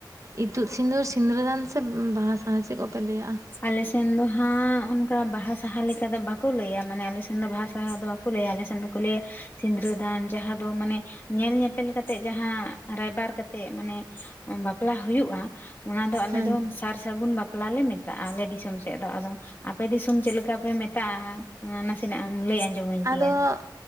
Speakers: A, on the right; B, on the left.
A: ᱤᱛᱩᱫ ᱥᱤᱸᱫᱩᱨ ᱥᱤᱸᱫᱽᱨᱟᱹᱫᱟᱱ ᱥᱮ ᱵᱟᱦᱟᱥᱟᱣ ᱪᱮᱫ ᱠᱚᱯᱮ ᱞᱟᱹᱭᱟᱜᱼᱟ
B: ᱟᱞᱮᱥᱮᱱ ᱫᱚ ᱦᱟᱸᱜ ᱚᱱᱠᱟ ᱵᱟᱦᱟ ᱥᱟᱦᱟ ᱞᱮᱠᱟ ᱫᱚ ᱵᱟᱠᱚ ᱞᱟᱹᱭᱟ ᱢᱟᱱᱮ ᱟᱞᱮᱥᱱ ᱫᱚ ᱵᱟᱦᱟ ᱥᱟᱦᱟ ᱫᱚ ᱵᱟ ᱠᱚ ᱞᱟ. ᱭᱟ ᱟᱞᱮᱥᱮᱱ ᱫᱚᱠᱚ ᱞᱟᱹᱭᱟ ᱥᱤᱸᱫᱽᱨᱟᱹᱫᱟᱱ ᱡᱟᱦᱟᱸ ᱫᱚ ᱢᱟᱱᱮ ᱧᱮᱞ ᱧᱮᱯᱮᱞ ᱠᱟᱛᱮᱜ ᱡᱟᱦᱟᱸ ᱨᱟᱭᱵᱟᱨ ᱠᱟᱛᱮᱜ ᱢᱟᱱᱮ ᱵᱟᱯᱞᱟ ᱦᱩᱭᱩᱜᱼᱟ ᱚᱱᱟ ᱫᱚ ᱟᱞᱮ
A: ᱦᱮᱸ
B: ᱫᱚ ᱥᱟᱨ ᱥᱟᱹᱜᱩᱱ ᱵᱟᱯᱞᱟ ᱞᱮ ᱢᱮᱛ ᱢᱮᱛᱟᱜᱼᱟ ᱟᱞᱮ ᱫᱤᱥᱚᱢ ᱥᱮᱫ ᱫᱚ ᱟᱫᱚ ᱟᱯᱮ ᱫᱤᱥᱚᱢ ᱪᱮᱫ ᱞᱮᱠᱟ ᱯᱮ ᱢᱮᱛᱟᱜᱼᱟ ᱱᱟᱥᱮᱱᱟᱜ ᱮᱢ ᱞᱟᱹᱭ ᱟᱸᱡᱚᱢᱟᱹᱧ
A: ᱟᱫᱚ
B: ᱠᱮᱭᱟ